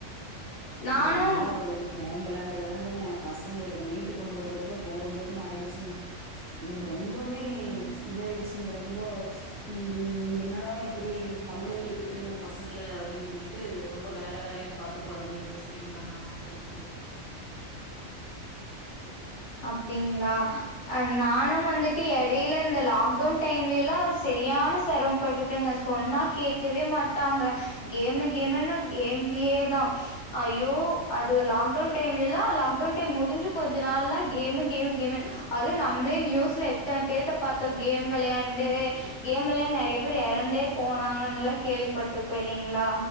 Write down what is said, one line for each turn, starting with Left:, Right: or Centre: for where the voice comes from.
Left: நானும்
Right: ஓ நாங்களா கேம் வெளாண்டு வெளாண்டுங்க பசங்கள இதல மீட்டு கொண்டு வரதுக்குள்ள போதும்போதுன்னு ஆயிடுச்சுங்க எனக்கு ரொம்பவுமே இதாயிடுச்சுங்க ரொம்ப ம் என்னடா இப்புடி நம்மளே கெடுத்துட்டுமோ பசங்கள அப்டின் சொல்லிட்டு ரொம்ப வேல வேலன்னு பாத்து கொழந்தைங்களோட இன்ப நம்மோ கெடுத்துட்டோமோ
Left: அப்டிங்ளா அ நானு வந்துட்டு எடையில இந்த லாக்டவுன் டைம்லல்லா செரியான செரம் பட்டுட்டேங்க சொன்னா கேட்கவே மாட்டாங்க கேமு கேமுன்னு கேம்லயே தா ஐயோ அது லாக்டவுன் டைம்லல்லா லாக்டவுன் டைம் முடிஞ்சு கொஞ்ச நாள்லா கேமு கேமு கேமு அதுவு நம்மளே நியூஸ்ல எத்தன பேர்த பாத்தோ கேம் வெளையாண்டு கேம்ல நெறைய பேர் எறந்தே போனாங்கன்லா கேள்விப்பட்டிருக்கோம் இல்லைங்ளா